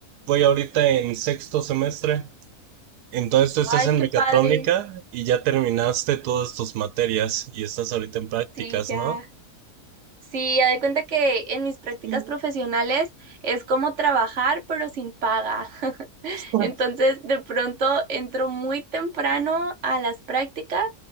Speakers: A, on the right (about 85°); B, on the right (about 55°).
A: voy ahorita en sexto semestre. Entonces tú estás
B: Ay,
A: en
B: qué
A: mecatrónica
B: padre.
A: y ya terminaste todas tus materias y estás ahorita en prácticas,
B: Sí, ya.
A: ¿no?
B: Sí, haz de cuenta que en mis prácticas
A: Mm,
B: profesionales es como trabajar pero sin paga. <laughs>
A: ah,
B: Entonces, de pronto entro muy temprano a las prácticas